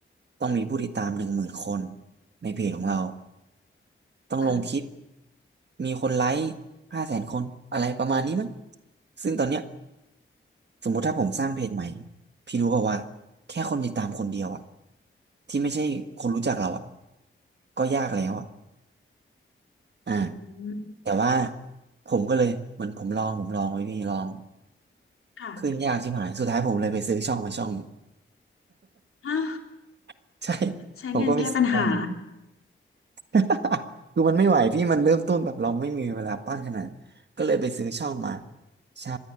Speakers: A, on the right; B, on the left.
A: ต้องมีผู้ติดตามหนึ่งหมื่นคนในเพจของเราต้องลงคลิป
B: ค่ะ
A: มีคนไลค์ห้าแสนคนอะไรประมาณนี้มั้งซึ่งตอนเนี้ยสมมุติถ้าผมสร้างเพจใหม่พี่รู้เปล่าว่าแค่คนติดตามคนเดียวอะที่ไม่ใช่คนรู้จักเราอะก็ยากแล้วอะอ่า
B: อืม
A: แต่ว่าผมก็เลยเหมือนผมลองผมลองไว้พี่ลอง
B: ค่ะ
A: ขึ้นยากชิบหายสุดท้ายผมเลยไปซื้อช่องมาช่องหนึ่ง
B: ฮะ
A: <laughs> ใช่
B: ใช้เงินแก้ปัญหา
A: ผมก็ไปซื้อมา <laughs> คือมันไม่ไหวพี่มันเริ่มต้นแบบเราไม่มีเวลาปั้นขนาดนั้นก็เลยไปซื้อช่องมาใช่